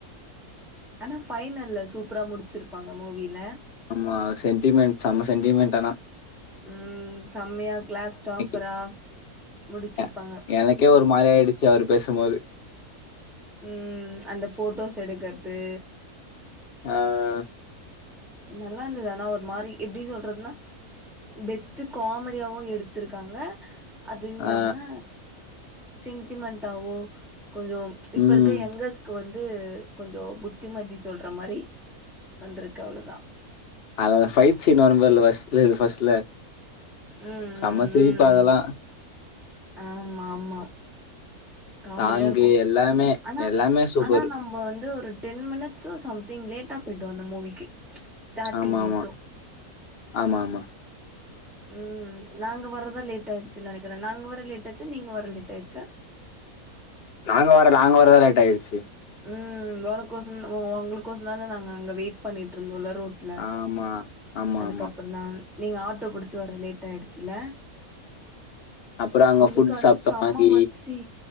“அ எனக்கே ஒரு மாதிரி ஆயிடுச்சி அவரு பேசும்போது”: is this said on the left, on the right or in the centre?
Left